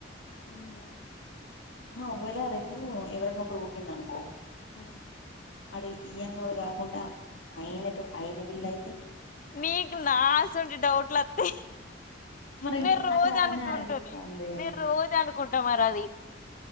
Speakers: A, on the left; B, on the left.
A: హమ్
B: ఆ వ్వేలా రేపు ఎవరనా ఒకరు పుట్టింది అనుకో
A: అ
B: అది ఈయన్నోడు కాకుండా అయినట్టు అయిన బిల్లు అయితే
A: నీకు నా అసువంటి డౌట్లు వత్తై
B: మరి
A: నేను
B: నాకది
A: రోజనుకుంటను
B: అట్లనే అనిపిస్తుంది
A: నేను రోజ అనుకుంటా మరి అది